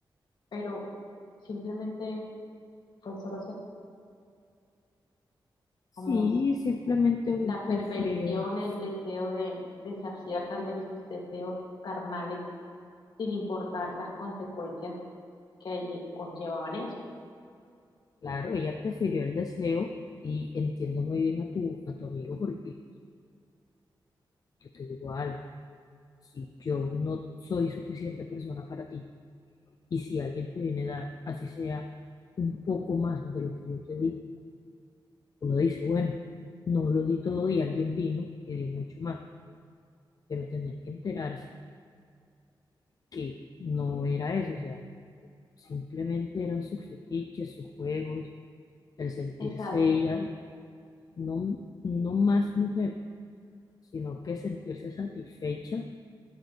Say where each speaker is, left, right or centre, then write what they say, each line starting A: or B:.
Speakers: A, on the left; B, on the left.
A: pero simplemente fue solo se-
B: Sí,
A: como s-
B: simplemente busco
A: la perversión,
B: fue
A: el deseo de, de saciar tal vez sus deseos carnales sin importar las consecuencias que lle- conllevaban eso.
B: Claro, ella prefirió el deseo y entiendo muy bien a tu, a tu amigo porque yo te digo algo, si yo no soy suficiente persona para ti y si alguien te viene a dar, así sea un poco más de lo que yo te di, uno dice, bueno, no lo di todo y alguien vino y dio mucho más, pero tener que enterarse que no era eso, o sea, simplemente eran sus fetiches, sus juegos, el sentirse
A: Exacto.
B: ella, no, no más mujer sino que sentirse satisfecha